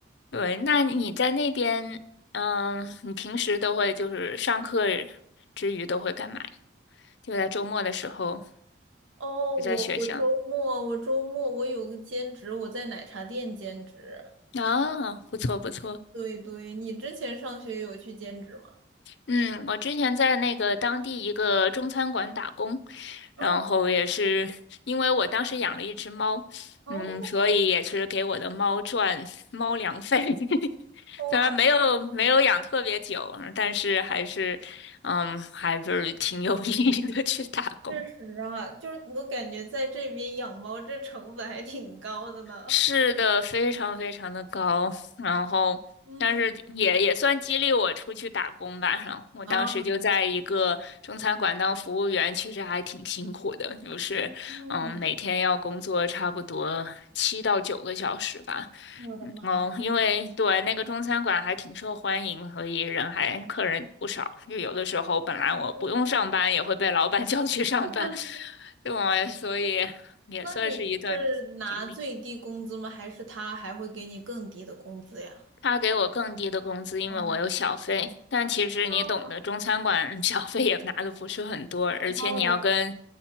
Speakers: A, on the left; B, on the right.
A: 对，那你在那边，嗯，你平时都会就是上课之余都会干嘛呀？就在周末的时候，
B: 哦，
A: 就在学校。
B: 我我周末我周末我有个兼职，我在奶茶店兼职。
A: 啊，不错不错。
B: 对对，你之前上学有去兼职吗？
A: 嗯，我之前在那个当地一个中餐馆打工，
B: 啊，
A: 然后也是因为我当时养了一只猫，
B: 哦，
A: 嗯，所以也是给我的猫赚猫粮费。<laughs>
B: 哇
A: 虽然没有没有养特别久，但是还是，嗯，还是挺有意义的去打工。
B: 确实啊，就是我感觉在这边养猫这成本还挺高的呢。
A: 是的，非常非常的高，然后但是也也算激励我出去打工吧。
B: 嗯，
A: 然后我当时就在一个中餐馆当服务员，
B: 啊，没错，
A: 其实还挺辛苦的，就是嗯，
B: 嗯，
A: 每天要工作差不多七到九个小时吧。
B: 我的妈呀！
A: 嗯哦，因为对那个中餐馆还挺受欢迎，所以人还客人不少。就有的时候本来我不用上班，
B: <laughs>
A: 也会被老板 <laughs> 叫去上班，
B: 那
A: <laughs> 对我，所以也算是一段经历。
B: 那你是拿最低工资吗？还是他还会给你更低的工资呀？
A: 他给我更低的工资，因为我有小费。
B: 嗯，
A: 但其实你懂的，
B: 哦，
A: 中餐馆 <laughs> 小费也拿的不是很多，而且你要跟，
B: 哦，